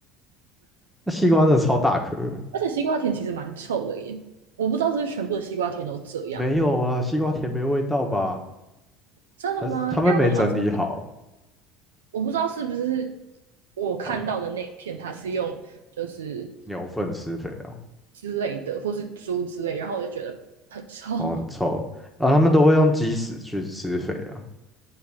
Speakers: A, in the centre; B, on the right.
A: 那西瓜真的超大颗的，
B: 而且西瓜甜其实蛮臭的耶，我不知道是不是全部的西瓜甜都这样。
A: 没有啊，西瓜田没味道吧？
B: 真的吗？
A: 还是他们没整理好
B: 因为我小时候我不知道是不是我看到的那一片，
A: 哦，
B: 它是用就是
A: 牛粪施肥哦，
B: 之类的，或是猪之类，然后我就觉得很臭。
A: 哦很臭，
B: <laughs>
A: 然后他们都会用鸡屎去施肥啊。